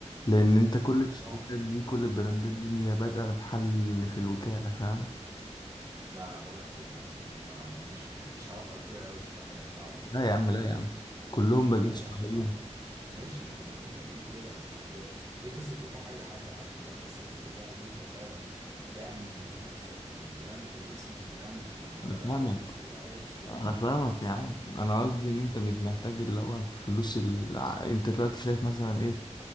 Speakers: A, on the left (about 35°); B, on the right (about 25°).
A: لأن أنت كل
B: ما هو مش
A: الشركات
B: صعب
A: دي كل البراندات دي اللي هي بادئة بمحل في الوكالة فاهم؟
B: لا لا بقول لك ايه لا ثاني آه مش مش هوافقك فيها قوي بصراحة هي صعبة
A: لا
B: هي
A: يا
B: صعبة
A: عم لا
B: فعلا
A: يا عم كلهم بادئين
B: لا
A: صغيرين
B: يا عم صعبة مش ماشي كلهم بادئين كده بس ما ده دي قصة كفاح اي حد عادي فاهم بس هي فكرة بقى ان انت فعلا تعمل لنفسك البراند واسم البراند و...
A: أنا فاهمك
B: والناس تبقى عايزة تشتريه
A: أنا فاهمك
B: دي صعبة
A: يا عم أنا قصدي إن أنت مش محتاج اللي هو الفلوس اللي أنت دلوقتي شايف مثلا إيه